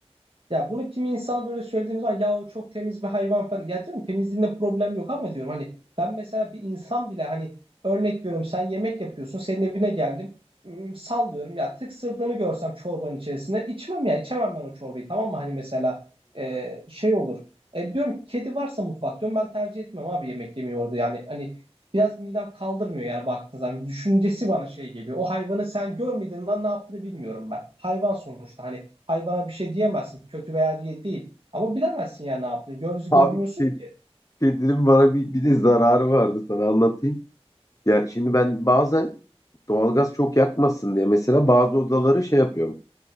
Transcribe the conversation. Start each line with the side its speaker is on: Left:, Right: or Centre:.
Right: Ya bunu kimi insana böyle söylediğim zaman ya o çok temiz bir hayvan falan. Ya diyorum temizliğinde problem yok ama diyorum hani ben mesela bir insan bile hani örnek veriyorum sen yemek yapıyorsun senin evine geldim. Hmm, sallıyorum ya tıksırdığını görsem çorbanın içerisinde içmem ya içemem ben o çorbayı tamam mı hani mesela e, şey olur. E, diyorum kedi varsa mutfak diyorum ben tercih etmem abi yemek yemeyi orada yani hani biraz midem kaldırmıyor yani baktığın zaman düşüncesi bana şey geliyor. O hayvanı sen görmediğinden ne yaptığını bilmiyorum ben. Hayvan sonuçta hani hayvana bir şey diyemezsin. Kötü veya diye değil. Ama bilemezsin ya ne yaptığını. Gözü
Left: Abi
Right: görmüyorsun
Left: ked-
Right: ki.
Left: kedinin bana bir, bir de zararı vardı sana anlatayım. Yani şimdi ben bazen doğalgaz çok yakmasın diye mesela bazı odaları şey yapıyorum.